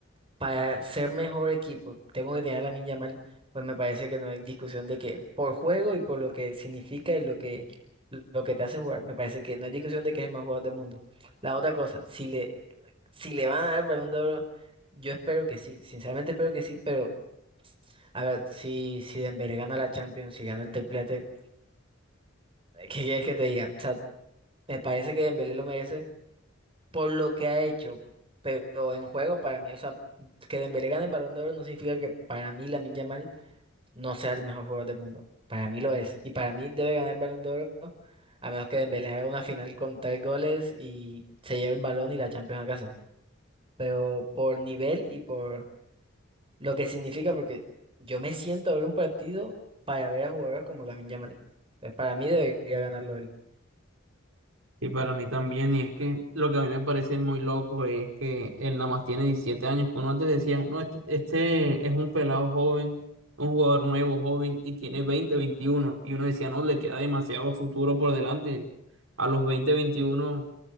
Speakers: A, on the right; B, on the right.
A: para ser mejor equipo, tengo que tener a Lamine Yamal, pues me parece que no hay discusión de que por juego y por lo que significa y lo que, lo que te hace jugar, me parece que no hay discusión de que es el mejor jugador del mundo. La otra cosa, si le, si le van a dar el Balón de Oro, yo espero que sí, sinceramente espero que sí, pero a ver, si, si Dembélé gana la Champions, si gana el triplete, ¿qué quieres que te diga? O sea, me parece que Dembélé lo merece por lo que ha hecho, pero en juego para mí, o sea, que Dembélé gane el Balón de Oro no significa que para mí Lamine Yamal no sea el mejor jugador del mundo. Para mí lo es y para mí debe ganar el Balón de Oro a menos que Dembélé haga una final con tres goles y se lleve el balón y la Champions a casa. Pero por nivel y por lo que significa, porque yo me siento a ver un partido para ver a jugadores como Lamine Yamal. Pues para mí debería ganarlo él.
B: Y para mí también, y es que lo que a mí me parece muy loco es que él nada más tiene 17 años, que uno antes decía, no, este, este es un pelado joven, un jugador nuevo joven, y tiene 20 21 y uno decía, no, le queda demasiado futuro por delante, a los 20 21